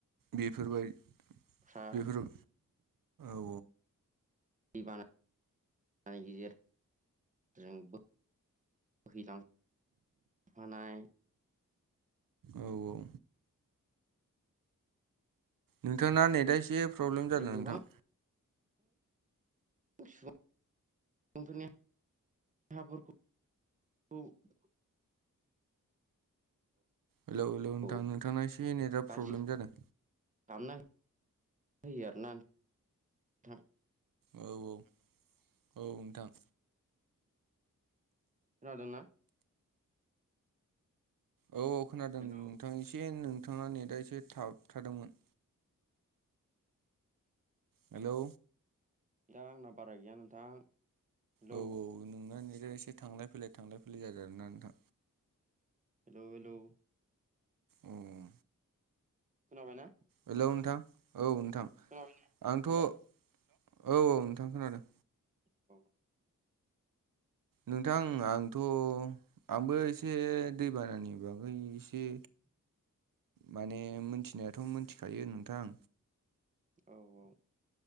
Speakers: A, on the right; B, on the right.
A: बेफोरबाय
B: जुनारफ्रा
A: बेफोर औ
B: दैबाना गेजेर जोंबो बोहैलां फानाय
A: औ औ। नोंथांना नेटआ एसे प्रब्लेम
B: आरो
A: जादों
B: गोबां
A: नोंथां।
B: <unintelligible> <unintelligible>
A: हेलौ हेलौ
B: औ
A: नोंथां नोंथांना एसे नेटआ प्रब्लेम
B: गाज्रि
A: जादों।
B: खालामना होयो आरोना नोंथां।
A: औ औ औ नोंथां।
B: खोनादोंना?
A: औ औ खोनादों
B: हेल'
A: नोंथां एसे नोंथाङा नेटआ एसे थाब थादोंमोन। हेलौ।
B: दा आंना बारा गैया नोंथां हेलौ।
A: औ नोंना नेटआ एसे थांलाय फैलाय थांलाय फैलाय जादों नोंना नोंथां।
B: हेल' हेल'।
A: ओम।
B: खोनाबाय ना?
A: हेलौ नोंथां औ नोंथां
B: खोनाबाय
A: आंथ'।
B: हेलौ
A: औ औ नोंथां खोनादों।
B: औ।
A: नोंथां आंथ' आंबो एसे दैबानानि बागै एसे
B: <inaudible>
A: माने मिथिनायाथ' मिथिखायो नोंथां
B: औ औ‌।